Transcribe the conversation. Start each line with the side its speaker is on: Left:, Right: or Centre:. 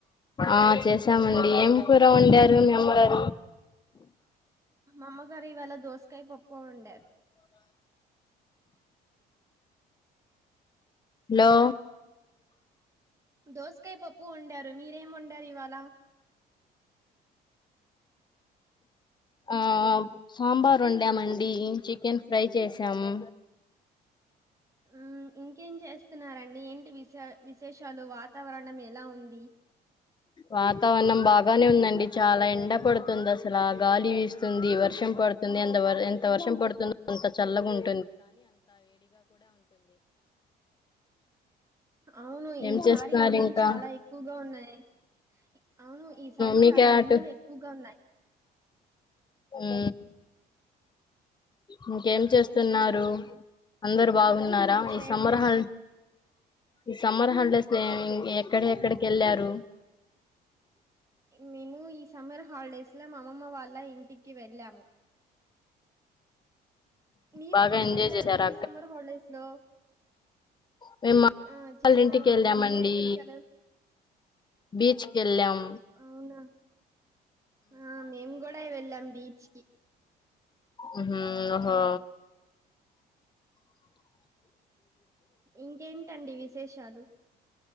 Left: ఆ చేసామండి ఏం కూర వండారు మీ అమ్మగారు
Right: అమ్మగారు ఇవాళ దోసకాయ పప్ పోండారు
Left: హలో
Right: దోసకాయ పప్పు ఒండారు మీరేం ఒండ్ డార్ ఇవాలా
Left: ఆ సాంబార్ వండామండి చికెన్ ఫ్రై చేసాము
Right: ఊ ఇంకేం చేస్ స్తున్నారండి ఏంటి విశే విశేషాలు వ వాతావరణం ఎలా ఉంది
Left: వాతావరణం బాగానే ఉందండి చాలా ఎండ పడుతు తుంది అసల గాలి వీస్తుంది వర్షం పడుతుంది ఎంత ఎంత వర్షం పడుతుందో అంత చల్లగున్
Right: అవును
Left: ఏం
Right: ఈసారి
Left: చేస్తున్నారు
Right: ఎండలు
Left: ఇంకా
Right: చాలా ఎక్కువగా ఉన్నాయి అవును ఈసారి
Left: మీకే
Right: చాలా
Left: అటు
Right: ఎండలు ఎక్కువగా ఉన్నాయి
Left: ఊ ఇంకేం చేస్తున్నారు అందరు బాగున్నారా
Right: ఏం చేయట్లేదు
Left: ఈ సంమరహాలు ఈ సమ్మర్ హాలిడేస్ ఏం ఎక్కడ ఎక్కడికి ఎళ్ళారు
Right: మేము ఈ సమ్మర్ హాలిడేస్లో మామమ్మ వాళ్ళ ఇంటికి వెళ్ళాము మీరు
Left: బాగా
Right: ఎక్కడికి
Left: ఎంజాయ్
Right: ఎళ్ళారు
Left: చేశారా
Right: ఈ సమ్మర్ హాలిడేస్ లో
Left: మేమ
Right: ఆ
Left: వాళ్ళింటికి
Right: చేసామండి
Left: వెళ్ళామండి
Right: మీరెక్కడికి వెళ్ళారు
Left: బీచ్కి ఎళ్ళాం
Right: అవునా ఆ మేము కూడా వెళ్ళాం బీచ్ కి
Left: ఉహు ఓహో
Right: ఆ ఇంకేంటండి విశేషాలు